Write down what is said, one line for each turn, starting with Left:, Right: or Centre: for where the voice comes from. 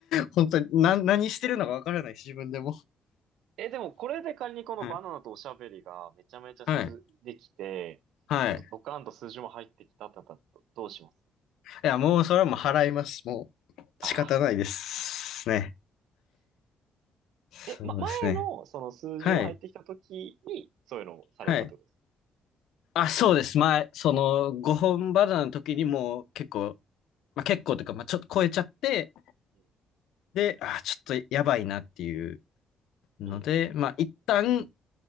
Left: 本当に、な、何してるのかわからない、自分でも。
Right: え、でもこれで仮にこのバナナとおしゃべりがめちゃめちゃす、
Left: はい。はい。
Right: できて、
Left: はい。
Right: ほんとドカンと数字も入ってきたってなったらどどうします
Left: いや、もう、それはもう払います。もう、
Right: ああ。
Left: 仕方ないですね。そうですね。
Right: え、ま、前のその数字も入ってきた時に、
Left: はい。
Right: そういうのをされたってことですか
Left: はい。あ、そうです。前、その、5本バナナの時にもう結構、まあ、結構というか、まあ、ちょっと超えちゃって、
Right: うん
Left: で、あー、ちょっとやばいなっていうので、
Right: うん
Left: まあ、一旦、